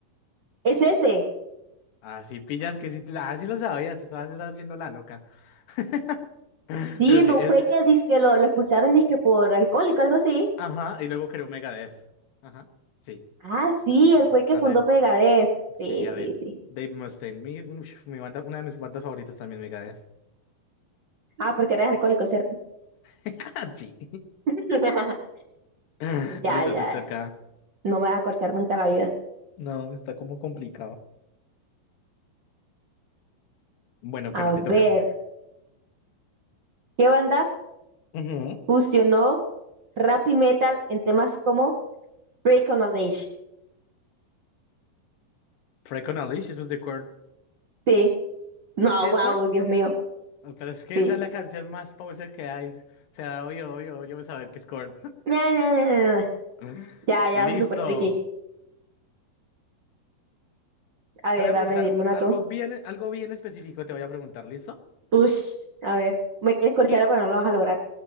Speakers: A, on the right; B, on the left.
A: es ese.
B: Ah sí, pillas que sí, te- ah, sí lo sabías, te estabas estabas haciendo la loca. <laughs>
A: Sí,
B: Pero sí,
A: no
B: es,
A: fue
B: eh,
A: que dizque lo, lo expulsaron dizque por alcohólico, algo así.
B: ajá, y luego creo Megadeth. Ajá, sí.
A: Ah, sí,
B: Entonces, ajá,
A: él fue el que
B: a
A: fundó
B: Dave-
A: Megadeth. Sí,
B: Sí, a
A: sí,
B: Dave.
A: sí.
B: Dave Mustaine. Mi, ush, mi banda, una de mis bandas favoritas también, Megadeth.
A: Ah, porque eres alcohólico, ¿cierto?
B: <laughs> Sí.
A: <laughs>
B: <laughs>
A: Ya,
B: Listo,
A: ya.
B: te toca.
A: No me vas a corchar nunca la vida.
B: No, está como complicado. Bueno, Cari,
A: A
B: te
A: ver,
B: toca.
A: ¿qué banda
B: Ujú.
A: fusionó rap y metal en temas como Break on a Leash?
B: Freak on a Leash, eso es de Korn.
A: Sí. No,
B: ¿Sí
A: wow,
B: es Korn?
A: Dios mío.
B: Pero es
A: Sí.
B: que esa es la canción más poser que hay. O sea, oye, oye, oye, voy a saber qué es Korn.
A: Na, na, na, na, na.
B: <laughs>
A: Ya,
B: Listo.
A: ya, super friki. A ver,
B: Te voy a
A: dame,
B: preguntar
A: dime
B: un-
A: una
B: algo
A: tú.
B: bien, algo bien específico, te voy a preguntar, ¿listo?
A: Ush, a ver. Me quieres corchar,
B: ¿Qué,
A: pero no lo vas a lograr.